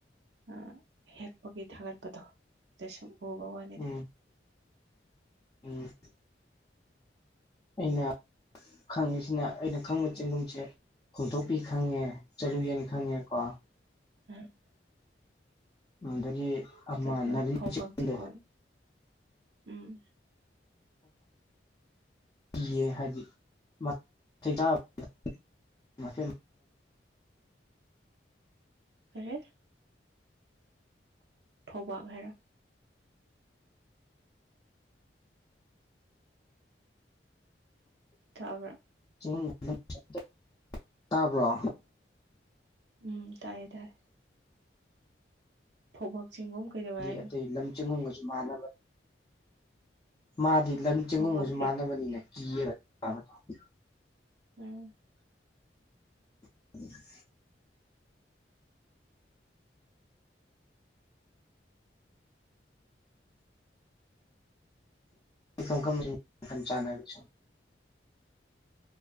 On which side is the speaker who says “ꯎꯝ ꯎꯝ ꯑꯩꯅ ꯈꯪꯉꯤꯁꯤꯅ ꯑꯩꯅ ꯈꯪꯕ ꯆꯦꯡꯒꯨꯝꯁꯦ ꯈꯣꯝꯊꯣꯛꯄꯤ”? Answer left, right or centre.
Left